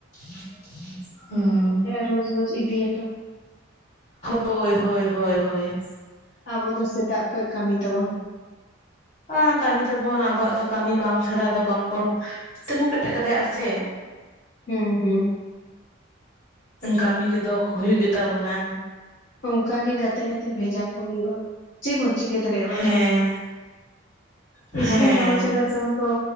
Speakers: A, on the left (about 35°); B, on the left (about 60°).
A: <inaudible> ᱦᱩᱸ᱾
B: ᱨᱳᱡᱽ ᱨᱳᱡᱽ ᱤᱫᱤ ᱦᱚᱴᱚ᱾
A: ᱦᱳᱭ ᱦᱳᱭ ᱦᱳᱭ ᱦᱳᱭ᱾
B: ᱟᱵᱚ ᱫᱚ ᱥᱮᱛᱟᱜ ᱠᱷᱚᱡ ᱠᱟᱹᱢᱤ ᱛᱟᱵᱚᱱ᱾
A: ᱦᱟᱸ ᱠᱟᱹᱢᱤ ᱛᱟᱵᱚᱱ ᱟᱵᱚᱣᱟᱜ ᱫᱚ ᱠᱟᱹᱢᱤ ᱵᱟᱝ ᱪᱷᱟᱰᱟ ᱫᱚ ᱵᱟᱝᱵᱚᱱ ᱛᱤᱸᱜᱩ ᱠᱮᱴᱮᱡ ᱫᱟᱲᱮᱭᱟᱜᱼᱟ ᱥᱮᱢ᱾
B: ᱦᱩᱸ ᱦᱩᱸ᱾
A: ᱠᱟᱹᱢᱤ ᱜᱮᱫᱚ ᱦᱩᱭᱩᱜ ᱜᱮ ᱛᱟᱵᱚᱱᱟ᱾
B: ᱚᱝᱠᱟ ᱜᱮ ᱜᱟᱛᱮ ᱜᱟᱛᱮ ᱵᱷᱮᱡᱟ ᱠᱚ ᱦᱩᱭᱩᱜᱼᱟ, ᱪᱮᱫ ᱵᱚᱱ ᱪᱤᱠᱟᱹ ᱫᱟᱲᱮᱭᱟᱜ ᱵᱟᱠᱷᱟᱱ᱾
A: ᱦᱮᱸ ᱦᱮᱸ
B: ᱤᱥᱠᱩᱞ ᱵᱟᱝ ᱪᱟᱞᱟᱜ ᱛᱮᱦᱚᱸ ᱛᱚ